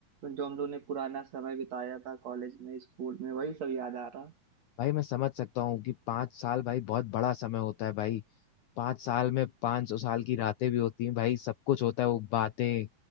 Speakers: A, on the right; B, on the left.
A: जो हम लोग ने पुराना समय बिताया था कॉलेज में स्कूल में वही सब याद आ रहा
B: भाई मैं समझ सकता हूँ कि पाँच साल भाई बहुत बड़ा समय होता है भाई पाँच साल में पाँच सौ साल की रातें भी होती हैं भाई सब कुछ होता है वो बातें